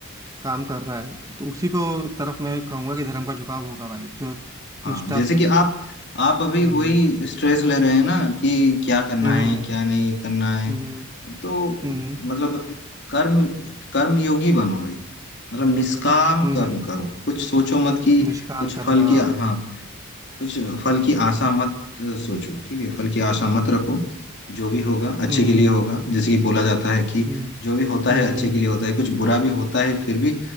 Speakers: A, on the right (about 15°); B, on the left (about 55°).
A: काम कर रहा है तो उसी को तरफ मैं कहूंगा कि धर्म का झुकाव होगा भाई जो
B: हाँ
A: निष्ठा
B: जैसे
A: से
B: कि आप आप अभी
A: हम्म
B: वही स्ट्रेस ले रहे हैं ना कि क्या करना
A: हम्म
B: है
A: हम्म
B: क्या नहीं करना है
A: हम्म
B: तो
A: हम्म
B: मतलब कर्म कर्म योगी बनो भाई मतलब निष्काम
A: हम्म,
B: कर्म करो कुछ सोचो मत कि
A: निष्काम
B: कुछ
A: कर्मा
B: फल की हाँ कुछ फल की आशा मत अ, सोचो ठीक है फल की आशा मत रखो जो भी होगा अच्छे
A: हम्म
B: के लिए होगा जैसे कि बोला जाता है कि
A: हम्म
B: जो भी होता
A: हम्म
B: है अच्छे के लिए होता है कुछ बुरा भी होता है फिर भी